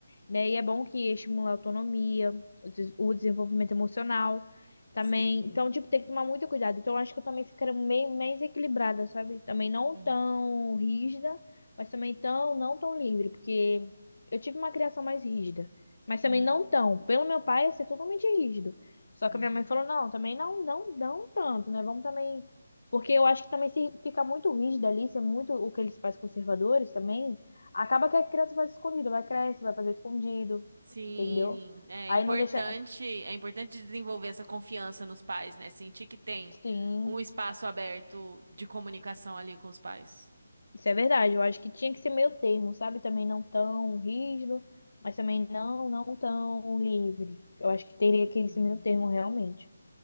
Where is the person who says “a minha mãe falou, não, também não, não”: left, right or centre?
Left